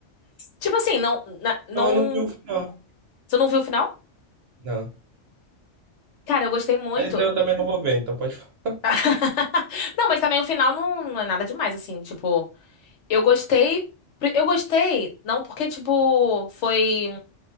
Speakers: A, on the left (about 70°); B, on the right (about 60°).
A: Tipo assim, não, na- não.
B: Então eu não vi o final.
A: Você não viu o final?
B: Não.
A: Cara, eu gostei muito.
B: Mas eu também não vou ver, então pode falar.
A: <laughs> Não, mas também o final não, não é nada demais, assim. Tipo, eu gostei. Eu gostei, não porque, tipo, foi,